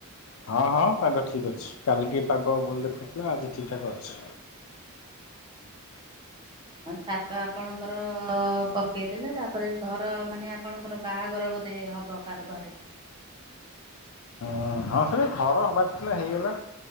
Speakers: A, on the left; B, on the right.
A: ହଁ ହଁ ପାଗ ଠିକ୍ ଅଛି କାଲି ଟିକେ ପାଗ ଭୁଲ ଦେଖୁଥିଲା ଆଜି ଠିକ୍ ଠାକ ଅଛି।
B: ହଁ ଛାତ ଆପଣଙ୍କର ପକେଇଦେଲେ ତାପରେ ଘର ମାନେ ଆପଣଙ୍କର ବାହାଘର ବୋଧେ ହବ। ପାର୍ ଘରେ।
A: ହଁ ହଁ ସେ ଘର ହବାର ଥିଲା ହେଇଗଲା